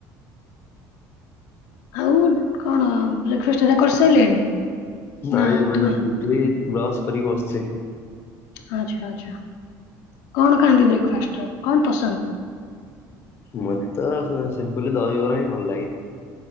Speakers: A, on the left; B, on the left.
A: ଆଉ କଣ ବ୍ରେକଫାଷ୍ଟ୍ ହେରିକା କରିସାରିଲେଣି?
B: ନାଇଁ
A: ନା
B: ଏବେ
A: ଉଠିନାହାନ୍ତି?
B: ଜଷ୍ଟ୍ ଉଠିଲି ବ୍ରସ୍ କରିକି ବସିଚି।
A: ଆଛା ଆଛା କଣ ଖାଆନ୍ତି ବ୍ରେକଫାଷ୍ଟରେ କଣ ପସନ୍ଦ?
B: ମୋତେ ତ ସିମ୍ପୁଲ୍ ଦହିବରା ହିଁ ଭଲ ଲାଗେ।